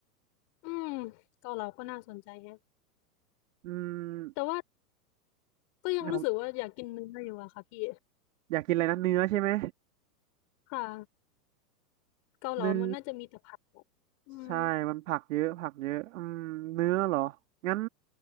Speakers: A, on the left; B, on the right.
A: อืมเกาเหลาก็น่าสนใจแฮะ
B: ๆอืม
A: แต่ว่าก็ยังรู้สึกว่าอยากกินเนื้ออยู่อะค่ะพี่
B: นะครับอยากกินอะไรนะเนื้อใช่ไหม
A: ค่ะเกาเหลามันน่าจะมีแต่ผัดอะอืม
B: เนื้อใช่มันผักเยอะผักเยอะอืมเนื้อเหรองั้น